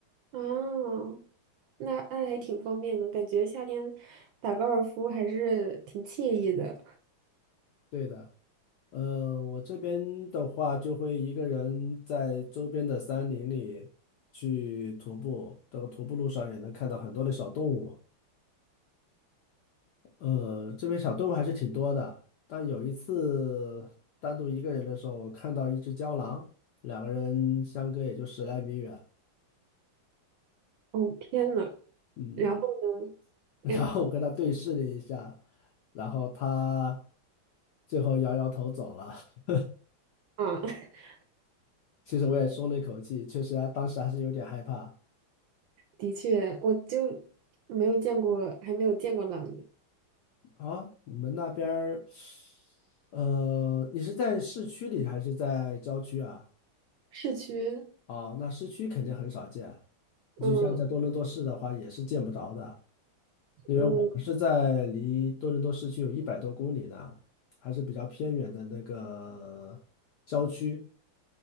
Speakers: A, on the right; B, on the left.
A: 哦，那那还挺方便的，感觉夏天打高尔夫还是挺惬意的。
B: 对的，呃，我这边的话就会一个人在周边的山林里去徒步，这个徒步路上也能看到很多的小动物。呃，这边小动物还是挺多的，但有一次单独一个人的时候，我看到一只郊狼，两个人相隔也就十来米远。
A: 哦，天呐，
B: 嗯。
A: 然后呢？
B: <laughs> 然后我跟他对视了一下，
A: 哎
B: 然后他最后摇摇头走了。<laughs>
A: 啊，<laughs>
B: 其实我也松了一口气，确实啊，当时还是有点害怕。
A: 的确，我就没有见过，还没有见过狼。
B: 啊，你们那边儿，呃，你是在市区里还是在郊区啊？
A: 市区，
B: 啊，那市区肯定很少见，就像在多伦多市的话，
A: 嗯
B: 也是见不着的，因为我们是在离多伦多市区有一百多公里的，
A: 嗯
B: 还是比较偏远的那个郊区。